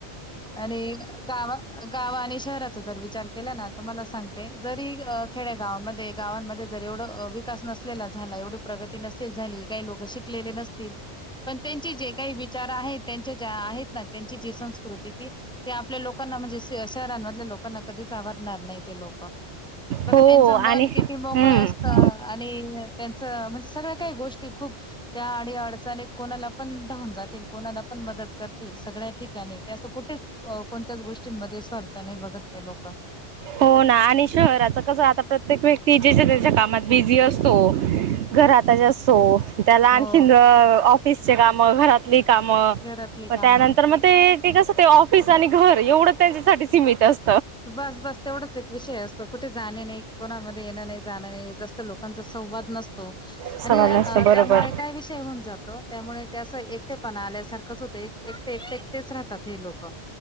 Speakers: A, in the centre; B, on the right.
A: आणि गावा गाव आणि शहराचा जर विचार केलाना तुम्हाला सांगते जरी अ खेड्या गावामध्ये गावांमध्ये जर एवढ विकास नस लेला झाला एवढी प्रगती नसतेल झाली काही लोक शिकलेले नसतील पण त्यांचे जे काही वि चार आहेत त्यांच्या ज्या आहेत ना त्यांची जी संस्कृती ती ते आपल्या लोकांना म्हणजे श शहरांमधल्या लोकांना कधीच आवडणार नाही ते लोक. बघा
B: हो
A: त्यांचं मन
B: आणि
A: किती मोकळं
B: हम्म
A: असतं. आणि त्यांचं म्हणजे सगळ्या काही गोष्टी खूप त्या अडी अडचणीत कोणाला पण धावून जातील कोणाला पण मदत करतील सगळ्या ठिकाणी ते असं कुठेच अ कोणत्याच गोष्टींमध्ये स्वार्थ नाही बघत ते लोकं
B: हो ना आणि शहराच कसं आता प्रत्येक व्यक्ती जेच्या त्याच्या कामात बिझी असतो घरातच असो त्याला आणखीन
A: हो,
B: ऑफिसचे कामं घरात ली काम मग
A: घरातली कामं.
B: त्यानंतर मग ते ते कसं ते ऑफिस आणि घर एवढं त्यांच्यासाठी सीमीत अस
A: बस बस. तेवढच एक विषय असतो कुठे जाणे नाही कोणामध्ये येणं नाही जाणं नाही जास्त लोकांचा संवाद नसतो.
B: सवाल
A: आणि अ
B: नसतो बरोबर
A: त्यामुळे का काय विषय होऊन जातो त्यामुळे ते अस एकटेपणा आल्यासारखंच होत एक एकटे एकटे एकटेच राहतात हे लोक. क